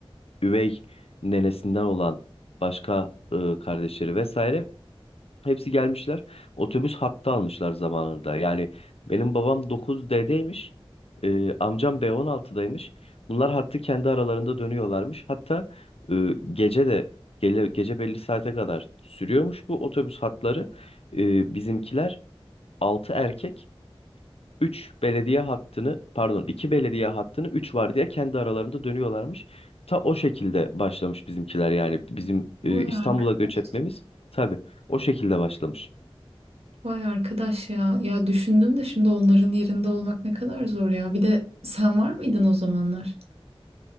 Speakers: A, on the left; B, on the right.
A: üvey nenesinden olan başka e, kardeşleri vesaire. Hepsi gelmişler. Otobüs hattı almışlar zamanında. Yani benim babam 9D'deymiş. e, amcam B16'daymış. Bunlar hattı kendi aralarında dönüyorlarmış. Hatta e, gece de gele, gece belli saate kadar sürüyormuş bu otobüs hatları. E, bizimkiler 6 erkek 3 belediye hattını pardon 2 belediye hattını 3 var diye kendi aralarında dönüyorlarmış. Ta o şekilde başlamış bizimkiler yani bizim e,
B: Vay
A: İstanbul'a
B: arkadaş.
A: göç etmemiz tabii o şekilde başlamış.
B: Vay arkadaş ya. Ya düşündüm de şimdi onların yerinde olmak ne kadar zor ya. Bir de sen var mıydın o zamanlar?